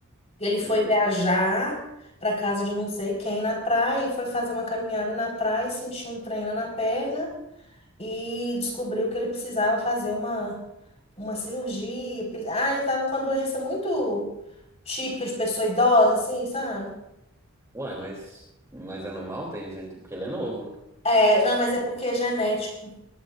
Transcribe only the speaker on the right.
Uhum.
Uai, mas, mas é normal? Tem gente. Porque ele é novo, né?